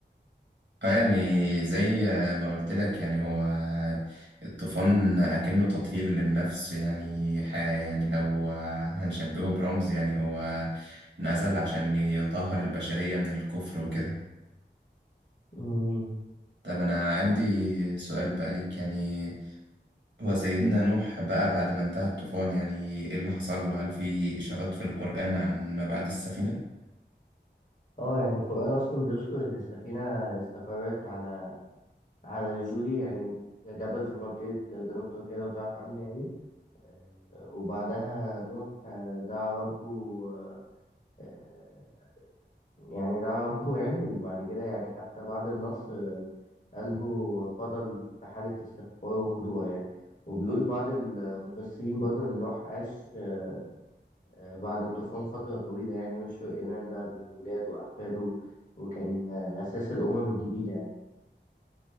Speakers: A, on the right; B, on the left.
A: اه يعني زي ما قلت لك يعني هو الطوفان اكنه تطهير للنفس يعني ح- يعني لو هنشبهه برمز يعني هو نزل عشان يطهر البشرية من الكفر وكده
B: امم
A: طب انا عندي سؤال بقى ليك يعني هو سيدنا نوح بقى بعد ما انتهى الطوفان يعني ايه اللي حصل له هل في اشارات في القرآن عن ما بعد السفينة
B: اه يعني القرآن أصلا بيذكر إن السفينة استقرت على على الجودي يعني ده جبل في منطقة جنوب تركيا لو تعرف عنه يعني آه، وبعدها نوح آه، دعا ربه آه، آه، يعني دعا ربه يعني وبعد كده يعني حتى بعد النصر آه، قلبه فضل في حالة استغفار وخضوع يعني وبيقول بعض المفسرين برضه إن نوح عاش آه، آه، بعد الطوفان فترة طويلة يعني ينشر إيمان بقى بين ولاده وأحفاده وكان آه، أساس الأمم الجديدة يعني